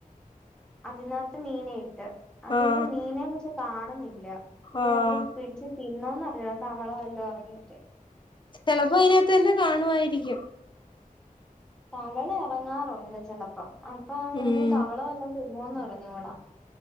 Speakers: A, in the centre; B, on the left.
A: അതിനകത്ത് മീനെ ഇട്ട് അതിപ്പോ
B: ആഹ്
A: മീൻനെ ന്ന്വെച്ചാ കാണുന്നില്ല ഇനി
B: ആഹ്
A: എല്ലാം പിടിച്ചി പിന്നോന്ന് <unintelligible> തവള വല്ലോ എറങ്ങീട്ട്
B: ചെലപ്പോ അയ്നകത്ത് തന്നെ കാണുമായിരിക്കും
A: തവള എറങ്ങാറുണ്ട് ചെലപ്പം അപ്പൊ അങ്ങനെ
B: ഉം
A: തവള എല്ലാം തിന്നോന്ന് അറിഞ്ഞുകൂടാ